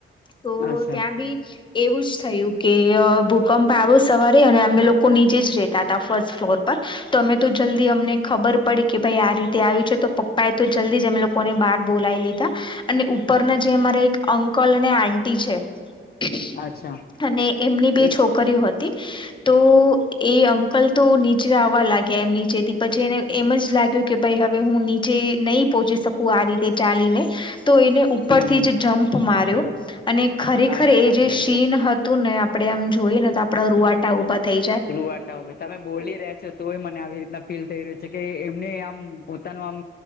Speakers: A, on the left; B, on the left.
A: તો
B: અચ્છા
A: ત્યાં બી એવું જ થયું કે ભૂકંપ આવ્યો સવારે અને અમે લોકો નીચે જ રેતા હતા ફર્સ્ટ ફ્લોર તો અમે તો જલ્દી અમને ખબર પડી કે ભાઈ આ રીતે આવી છે તો પપ્પા એ તો જલ્દીમે લોકો લોકોને બાર બોલાવી લીધા અને ઉપરના જે અમારા એક અંકલ અને આટીી છે
B: અચ્છા
A: અને એમની બે
B: એ
A: છોકરીઓ હતી તો એ અંકલ તો નીચે આવવા લાગ્યા એમ નીચેથી પછી એને એમ જ લાગ્યું કે ભાઈ હવે હું નીચે નહી પહોચી શકું આ રીતે ચાલીને તો એને ઉપરથી
B: હમ હમ
A: જ જમ્પ માર્યો અને ખરેખર
B: અરે
A: એ
B: બાપરે
A: જે સીન તું ને આપણે એમ જોઈએ ને તો આપડે રુવા ઉભા થઈ
B: વાતા હો તમે બોલી રહ્યા છો તોય મને આવી રીતના ફીલ થઈ રહ્યું છે કે એમને આમ પોતાનો આમ